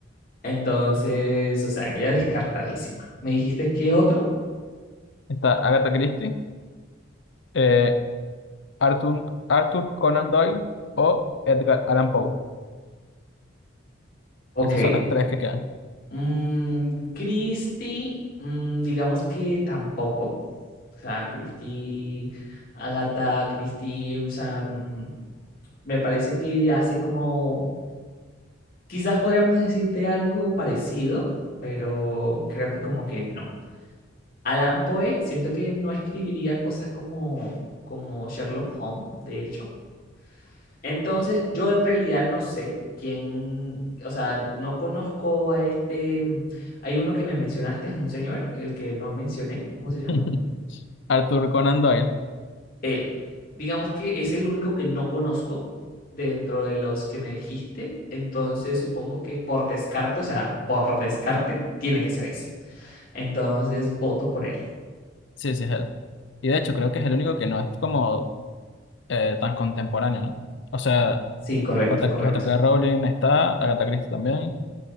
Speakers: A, on the left; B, on the left.
A: Entonces, o sea, ella descartadísima. ¿Me dijiste qué otro?
B: Está Agatha Christie. eh, Arthur, Arthur Conan Doyle. O Edgar Allan Poe.
A: Ok,
B: Esas son las tres que quedan.
A: Mm, Christie, mm, digamos que tampoco. O sea, Christie, Agatha Christie, o sea, mm, me parece que hace como, quizás podríamos decirte algo parecido, pero creo que como que no. Alan Poe, siento que no escribiría cosas como, como Sherlock Holmes, de hecho. Entonces, yo en realidad no sé quién, o sea, no conozco a este, mm, hay uno que me mencionaste, es un señor, el que no mencioné, ¿cómo
B: <laughs>
A: se llama?
B: Arthur Conan Doyle.
A: Él. Digamos que es el único que no conozco dentro de los que me dijiste, entonces supongo que por descarte, o sea, por descarte, tiene que ser ese. Entonces, voto por él.
B: Sí, sí, es él. Y de hecho, creo que es el único que no es como eh, tan contemporáneo, ¿no? O sea,
A: Sí, correcto,
B: J-
A: correcto.
B: J.K. Rowling está, Agatha Christie también,